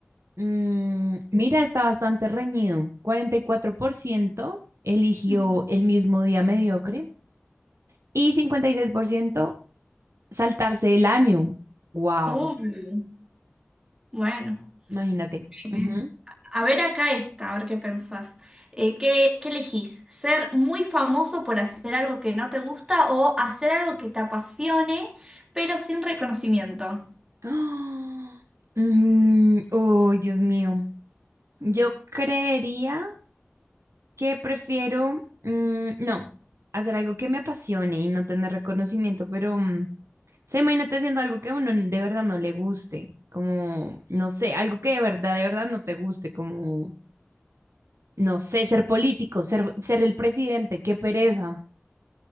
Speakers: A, on the right; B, on the right.
A: mm, mira, está bastante reñido. 44% eligió
B: Mm.
A: el mismo día mediocre y 56% saltarse el año. Wow,
B: Uy, bueno.
A: imagínate.
B: Eh,
A: Ujú.
B: A ver acá esta, a ver qué pensás. Eh, ¿qué, qué elegís? ¿Ser muy famoso por hacer algo que no te gusta o hacer algo que te apasione pero sin reconocimiento?
A: <gasps> ¡Ah! Mm, oh, Dios mío. Yo creería que prefiero, mm, no, hacer algo que me apasione y no tener reconocimiento, pero, mm, o sea, imagínate haciendo algo que a uno de verdad no le guste, como, no sé, algo que de verdad, de verdad no te guste, como, no sé, ser político, ser, ser el presidente, qué pereza.